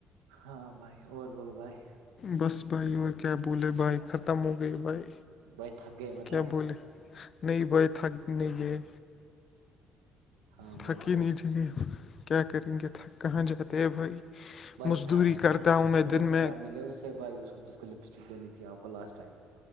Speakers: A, on the right; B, on the left.
A: ہاں بھائی اور بولو بھائی
B: بس بھائی اور کیا بولے بھائی ختم ہو گئے بھائی
A: بئی تھک گے مت
B: کیا بولے نہیں تھک نہیں
A: ہاں
B: تھک
A: بھائی
B: ہی
A: ہاں
B: نہیں جے کیا کریں گے تھک کہاں جاتے ہیں بھائی
A: بائک
B: مزدوری
A: خراب ملا
B: کرتا ہوں میں
A: بائک
B: دن میں
A: خراب ملے اس سے ب جس کو لپسٹک دینی تھی آپ کو لاسٹ ٹائم